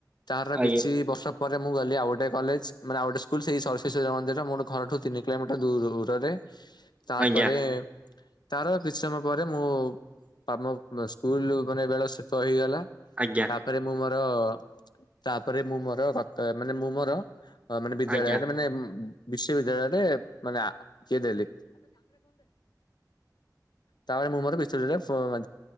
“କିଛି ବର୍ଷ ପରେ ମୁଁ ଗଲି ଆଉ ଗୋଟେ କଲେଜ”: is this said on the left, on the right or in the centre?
Left